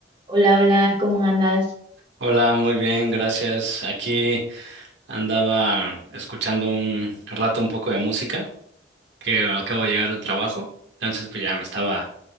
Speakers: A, on the right (about 30°); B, on the right (about 80°).
A: Hola, hola, ¿cómo andas?
B: Hola, muy bien, gracias. Aquí andaba escuchando un rato un poco de música, que acabo de llegar del trabajo, entonces pues ya me estaba